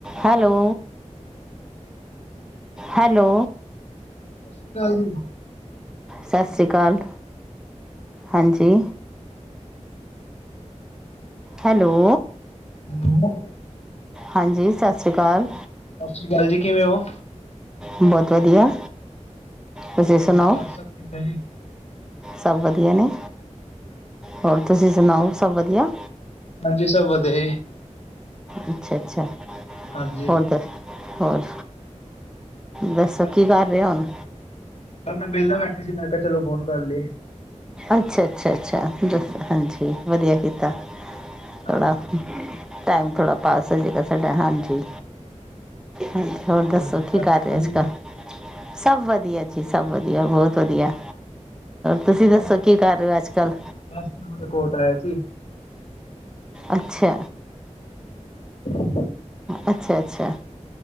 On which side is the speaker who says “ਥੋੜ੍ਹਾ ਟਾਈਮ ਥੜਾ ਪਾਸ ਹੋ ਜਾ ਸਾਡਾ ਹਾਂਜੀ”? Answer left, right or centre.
Centre